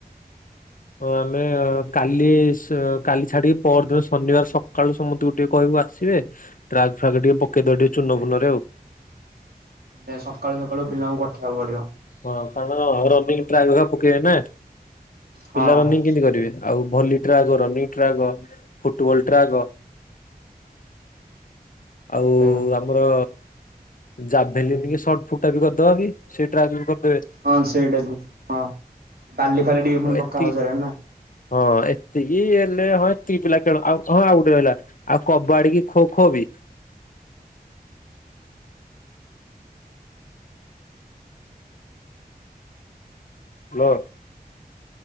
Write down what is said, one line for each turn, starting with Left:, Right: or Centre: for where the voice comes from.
Left: ଓ ଆମେ କାଲି ସ୍ କାଲି ଛାଡିକି ପହରଦିନ ଶନିବାର ସକାଳୁ ସମସ୍ତେ ଉ ଟିକେ କହିବୁ ଆସିବେ ଟ୍ରାକ୍ ଫ୍ରାକ୍ ଟିକେ ପକେଇଦେବା ଟିକେ ଚୁନ ଫୁନରେ ଆଉ
Right: ଏ ସକାଳୁ ସକାଳୁ ପିଲାଙ୍କୁ ପଠେଇବାକୁ ପଡ଼ିବ।
Left: ହଁ କାରଣ ରନିଙ୍ଗୀ ଟ୍ରାକ୍ ଫ୍ରାକ୍ ପକେଇବେ ନା
Right: ହଁ
Left: ପିଲା ରନିଙ୍ଗୀ କେମିତି କରିବେ ଆଉ volley track running track football track ଆଉ
Right: ହଁ।
Left: ଆମର ଜାଭେଲିଙ୍ଗ ସଟ ଫୁଟା ବି କରିଦବାକି ସେଇ ଟ୍ରାଭେଲ କରିଦେବେ
Right: ହଁ ସେଇଟାକୁ ହଁ ବାଲି ଫାଲି ଟିକେ
Left: ଓ
Right: ପୁଣି
Left: ଏତିକି
Right: ପକା ହଉଛି
Left: ହଁ ଏତିକି ହେଲେ ହଁ ଏତିକି ପିଲା ଖେଳ ଆଉ ହଁ ଆଉ ଗୋଟେ ରହିଲା। ଆଉ କବାଡ଼ି କି ଖୋ ଖୋ ବି ହଁ।